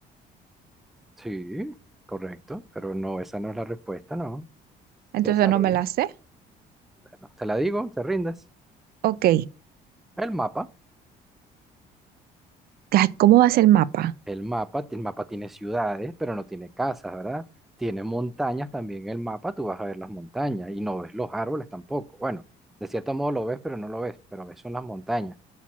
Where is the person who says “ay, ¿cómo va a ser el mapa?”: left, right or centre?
Right